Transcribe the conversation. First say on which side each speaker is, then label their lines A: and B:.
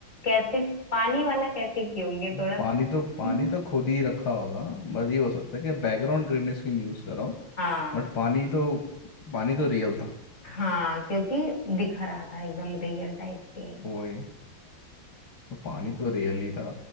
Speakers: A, on the left (about 40°); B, on the left (about 80°).
A: कैसे पानी वाला कैसे किए होंगे
B: नहीं,
A: थोड़ा <laughs>
B: पानी तो पानी तो खुद ही रखा होगा बस ये हो सकता है कि बैकग्राउंड ग्रीननेस की यूज़ करो
A: हाँ
B: बट पानी तो पानी तो रियल था
A: हाँ क्योंकि दिख रहा था एकदम रियल टाइप के
B: वही तो पानी तो रियल ही था